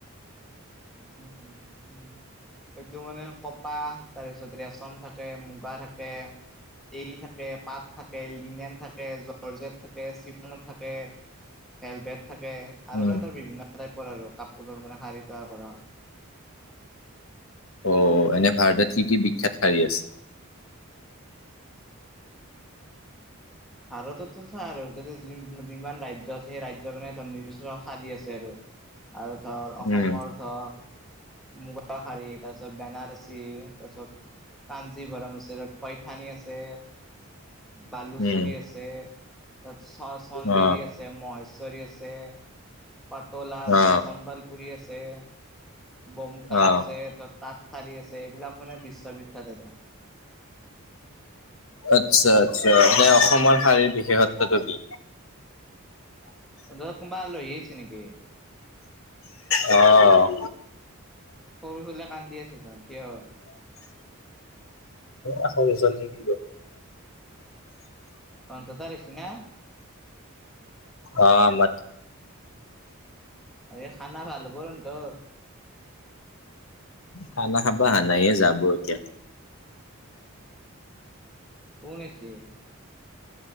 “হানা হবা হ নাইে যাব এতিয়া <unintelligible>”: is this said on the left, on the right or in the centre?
Left